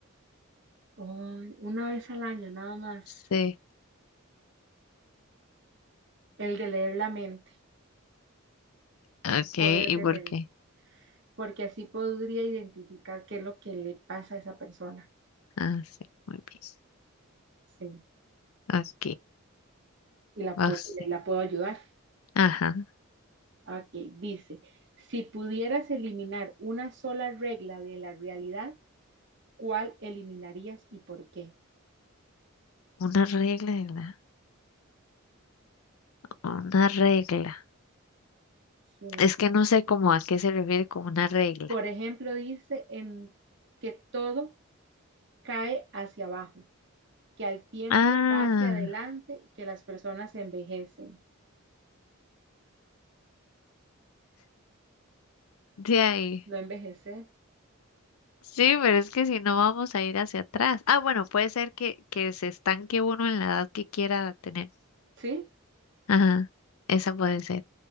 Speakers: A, on the right; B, on the left.
A: Un- una vez al año, nada más.
B: Sí.
A: El de leer la mente.
B: Ok,
A: poder
B: ¿y
A: de
B: por
A: él
B: qué?
A: porque así podría identificar qué es lo que le pasa a esa persona.
B: Ah, sí, muy bien.
A: Sí,
B: Ok,
A: y la,
B: vamos.
A: pu- la puedo ayudar.
B: Ajá,
A: Ok, dice, si pudieras eliminar una sola regla de la realidad, ¿cuál eliminarías y por qué?
B: una regla, de la- una regla.
A: Sí, no.
B: Es que no sé cómo a qué se refiere con una regla.
A: Por ejemplo, dice en que todo cae hacia abajo, que al tiempo
B: Ah,
A: va hacia adelante, que las personas envejecen.
B: de ahí.
A: No envejecer,
B: Sí, pero es que si no vamos a ir hacia atrás. Ah, bueno, puede ser que, que se estanque uno en la edad que quiera tener.
A: ¿sí?
B: Ajá, esa puede ser.